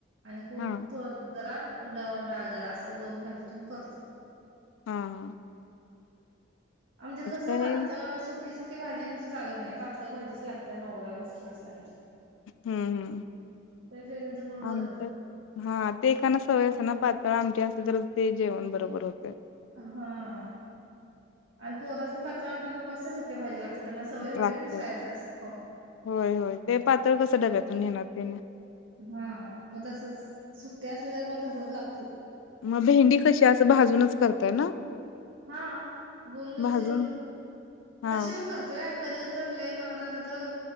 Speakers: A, on the right; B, on the left.
A: आणि कुट
B: हा
A: जरा अन् डाळ जरा असं दोन्ही घालून करतो.
B: हां हां.
A: आमच्याकडे कसं
B: काय
A: पातळ सुकी सुकी भाजी नुसती चालत नाही. पातळ भाजीच लागते. त्यां नवरा <unintelligible>
B: हम्म.
A: त्याशिवाय त्यांचं पोट भरत
B: आमच्यात-
A: नाही
B: हां. ते एकाना सवय असते ना पातळ आमटी असळी तरच ते जेवण बरोबर होते.
A: हां. आणि पोरास्नी पातळ आमटी नको असते. सुकी - भाजी लागतात. त्यांना सवय झाली
B: लागतात
A: ना शाळेेतं अस खाऊन.
B: होय. होय. ते पातळ कस डब्यातून नेणार त्याने-
A: हां. मग तसच. सुट्ट्या असल्या तरी पण तसच लागतय.
B: म भेंडी कशी असं भाजूनच करताय ना?
A: हां. गोल गोल
B: भाजून
A: चिरून
B: हा
A: तशी पण करत- -ते आणि कधी तर लय मनात आलं तर